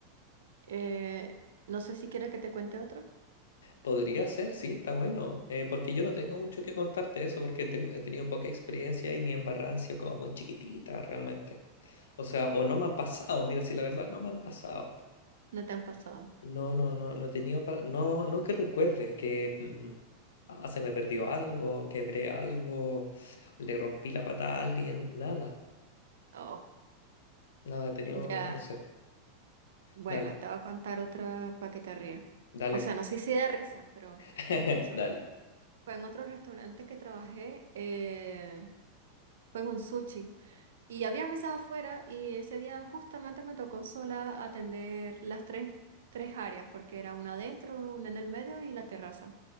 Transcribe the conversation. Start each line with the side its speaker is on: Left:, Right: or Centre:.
Right: eh, no sé si quieres que te cuente otro,
Left: Podría ser, sí, está bueno. eh, porque yo no tengo mucho que contarte eso, porque tengo, he tenido poca experiencia y mi embarrada han sido como muy chiquitita realmente. O sea, o no me han pasado, mira, si la verdad no me han pasado.
Right: no te han pasado.
Left: No, no, no, no he tenido para... No, no que recuerde que... mm, Ah, se
Right: Mm.
Left: me perdió algo, quebré algo, le rompí la pata a alguien, nada,
Right: Oh,
Left: nada, he tenido,
Right: ya,
Left: no sé,
Right: bueno,
Left: dale,
Right: te voy a contar otra para que te rías.
Left: dale,
Right: O sea, no sé si da risa, pero
Left: <laughs>
Right: eso.
Left: dale,
Right: Fue en otro restaurante que trabajé, eh, fue en un sushi. Y había mesas afuera y ese día justamente me tocó sola atender las tres, tres áreas, porque era una adentro, una en el medio y la terraza.